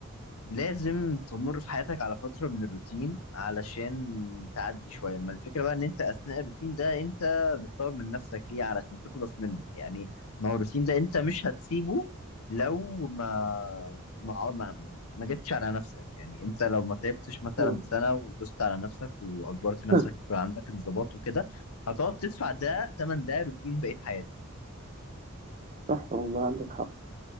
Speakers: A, on the left; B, on the right.
A: لازم تمر في حياتك على فترة من الروتين علشان تعدي شوية ما الفكرة بقى ان انت اثناء الروتين ده انت بتطور من نفسك ليه علشان تخلص منه يعني ما هو الروتين ده انت مش هتسيبه لو ما ما ما, ما جتش على نفسك يعني انت لو ما تعبتش مثلا
B: مم.
A: سنة ودوست على نفسك واجبرت نفسك
B: <laughs>
A: يكون عندك انضباط وكده هتقعد تدفع ده تمن ده روتين بقية حياتك
B: صح والله عندك حق